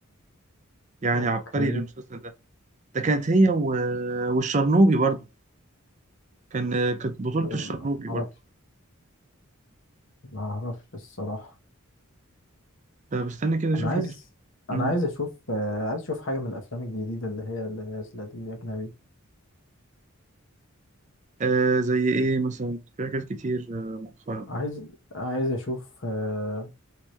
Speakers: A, on the right (about 35°); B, on the left (about 60°).
A: يعني
B: اوكي
A: عبقري للمسلسل ده ده كانت هي و... والشرنوبي برضو كان آه، كانت بطولة
B: ما
A: الشرنوبي
B: اعرفش
A: برضو
B: ما اعرفش الصراحه
A: ده بستنى كده أشوف
B: انا عايز
A: لك الش- مم.
B: انا عايز اشوف آه، عايز اشوف حاجه من الافلام الجديده اللي هي اللي نازله دي اجنبي
A: آه زي إيه مثلا في حاجات كتير آه، مؤخرا
B: عايز عايز اشوف آه،